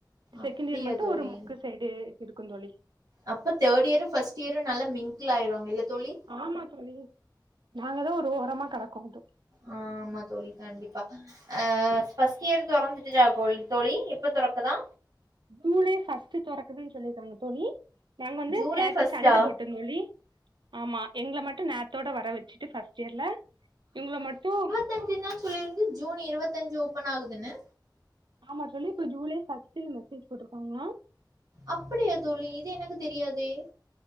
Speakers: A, on the right; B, on the right.
A: செகண்ட்டியர்
B: அப்டியா
A: மட்டு
B: தோழி
A: ஒரு முக்கு சைடு இருக்கும் தோழி
B: அப்ப தேர்ட்டியரு ஃபர்ஸ்ட்டியரும் நல்ல மிங்கிள்லாயிருவாங்க இல்ல தோழி
A: ஆமா தோழி நாங்கதா ஒரு ஓரமா கடக்கோந்து
B: ஆ ஆமா தோழி கண்டிப்பா ஆ கியரு ‌தொறந்துட்டுதா தோழி எப்ப தொறக்குதா
A: ஜூலை ஃபர்ஸ்ட்டு தொறக்குதுன்னு சொல்லியிருக்காங்க தோழி நாங்க வந்து
B: ஜூலை
A: கேட்டு
B: ஃபர்ஸ்ட்டா
A: சண்ட போட்டோ தோழி ஆமா எங்கள மட்டு நேரத்தோட வர வச்சுட்டு ஃபர்ஸ்ட்டியர்ல இவங்கள மட்டு
B: தஞ்சுனா சொல்லிருந்து ஜூன் இருபத்தஞ்சு ஓப்பனாகுதுன்னு
A: ஆமா தோழி இப்ப ஜூலை ஃபர்ஸ்ட்ல மெசேஜ் போட்டுருக்காங்ளா
B: அப்பிடியா தோழி இது எனக்கு தெரியாதே